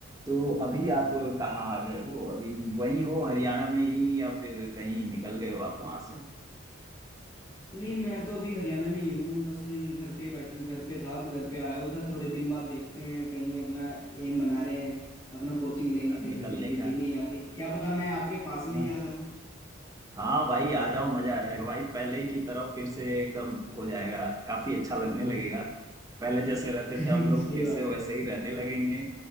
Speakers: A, on the right; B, on the left.
A: तो अभी आप कहाँ आ गए हो अभी वहीं हो हरियाणा में ही या फिर कहीं निकल गए हो आप वहां से
B: नहीं मैं तो अभी हरियाणा में ही हूँ बस घर पे बैठ घर पे था अब घर पे आया हुआ था थोड़े दिन बाद देखते हैं कहीं अपना एम बना रहे हैं अपना कोचिंग लेंगे
A: निकलने
B: कहीं पे दिल्ली
A: का
B: में ही आके क्या पता मैं आपके पास में
A: हाँ
B: ही आ जाऊं
A: हाँ भाई आ जाओ मजा आ जाएगा भाई पहले ही की तरह फिर से एकदम हो जाएगा काफी अच्छा लगने लगेगा पहले जैसे रहते
B: <laughs>
A: थे हम लोग
B: सही
A: फिर
B: बात
A: से वैसे
B: है
A: ही रहने लगेंगे